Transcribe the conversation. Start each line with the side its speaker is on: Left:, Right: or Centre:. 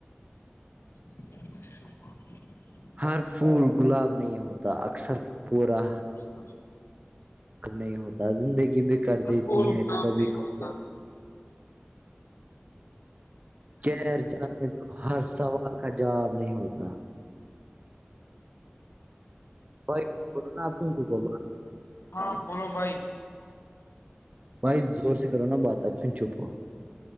Left: <unintelligible>
Right: ہر پھول گلاب نہیں ہوتا اکثر پورا
Left: اچ <unintelligible>
Right: کب نہیں ہوتا زندگی بھی کر دیتی
Left: پول
Right: ہے
Left: گلاب
Right: کبھی
Left: نہیں
Right: کب
Left: ہوتا
Right: کیر جانے تو ہر سوال کا جواب نہیں ہوتا ب ک کرنا آ بن کی با <unintelligible>
Left: ہاں بولو بھائی
Right: بھائی زور سے کرو نا بات آپ سن چھپ ہو